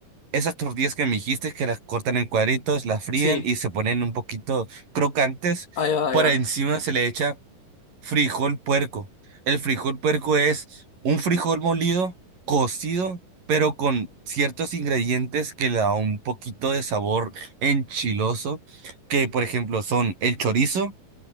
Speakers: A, on the right; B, on the left.
A: esas tortillas que me dijiste que las cortan en cuadritos, las fríen
B: Sí,
A: y se ponen un poquito crocantes.
B: ahí va,
A: Por
B: ahí va.
A: encima se le echa frijol puerco. El frijol puerco es un frijol molido, cocido, pero con ciertos ingredientes que le da un poquito de sabor enchiloso, que por ejemplo son el chorizo